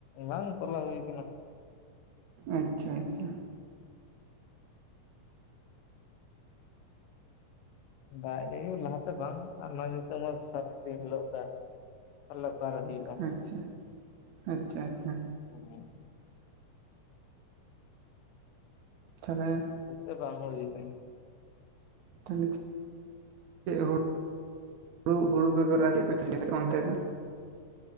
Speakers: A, on the left; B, on the right.
A: ᱵᱟᱝ ᱛᱚᱞᱟ ᱦᱩᱭ ᱠᱟᱱᱟ᱾
B: ᱟᱪᱪᱷᱟ ᱟᱪᱪᱷᱟ᱾
A: ᱫᱟᱜᱽ ᱡᱟᱹᱲᱤ ᱦᱚ ᱞᱟᱦᱟ ᱛᱮ ᱵᱟᱝ ᱟᱨ ᱱᱚᱜᱚᱭ ᱱᱤᱛᱳᱜ ᱢᱟ ᱥᱟᱨᱟ ᱫᱤᱱ ᱦᱤᱞᱳᱜ ᱫᱟᱜᱽ ᱛᱟᱦᱚᱞᱮ ᱚᱠᱟᱨᱮ ᱦᱳᱭᱳᱜᱼᱟ?
B: ᱟᱪᱪᱷᱟ, ᱟᱪᱪᱷᱟ ᱟᱪᱪᱷᱟ᱾
A: ᱦᱮᱸ᱾
B: ᱛᱟᱦᱚᱞᱮ
A: ᱱᱚᱛᱮ ᱵᱟᱝ ᱦᱩᱭ ᱠᱟᱱᱟ᱾
B: ᱛᱟᱦᱚᱞᱮ ᱦᱩᱲᱩ, ᱦᱩᱲᱩ ᱵᱮᱜᱚᱨ ᱟᱨ ᱪᱮᱫᱽ ᱠᱚ ᱪᱟᱥ ᱜᱮᱭᱟ ᱚᱱᱛᱮ ᱫᱚ?